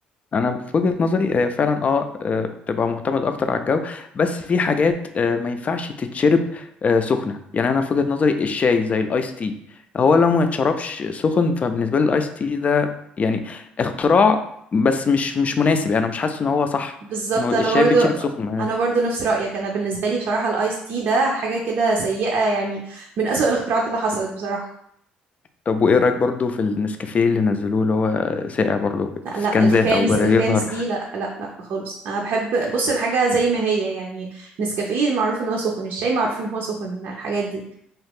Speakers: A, on the left (about 40°); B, on the right (about 65°).
A: انا في وجهة نظري هي فعلا اه آه، بتبقى معتمد اكتر على الجو بس في حاجات آه، ما ينفعش تتشرب آه، سخنه يعني انا في وجهة نظري الشاي زي الايس تي هو لو ما يتشربش سخن فبالنسبه لي الايس تي ده يعني اختراع بس مش مش مناسب يعني انا مش حاسس ان هو صح
B: بالظبط
A: ان هو الشاي
B: أنا برضو
A: بيتشرب سخن يعني.
B: أنا برضو نفس رأيك أنا بالنسبة لي بصراحة الآيس تي ده حاجة كده سيئة يعني من أسوأ الاختراعات اللي حصلت بصراحة
A: طب وايه رايك برضو في النسكافيه اللي نزلوه اللي هو ساقع برضو
B: لا
A: في
B: لا
A: كنزات
B: الكانز
A: او بدل
B: الكانز
A: يظهر
B: دي لا لا لا خالص انا بحب بص الحاجه زي ما هي يعني نسكافيه معروف ان هو سخن الشاي معروف ان هو سخن الحاجات دي